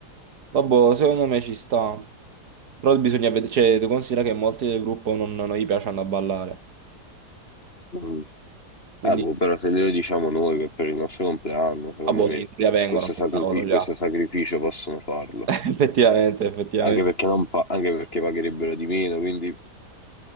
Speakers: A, on the right (about 70°); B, on the left (about 35°).
A: Vabbè, secondo me ci sta. Però bisogna vedere, cioè, tu considera che molti del gruppo non, non gli piacciono a ballare.
B: Mm.
A: Quindi,
B: Eh, boh, però se glielo diciamo noi che per il nostro compleanno, secondo
A: ah boh,
B: me,
A: sì, in teoria vengono,
B: questo
A: che
B: sacrifi-
A: cavolo,
B: questo
A: già.
B: sacrificio possono farlo.
A: <laughs> Effettivamente, effettivamente.
B: Anche perché, non pa- anche perché pagherebbero di meno, quindi...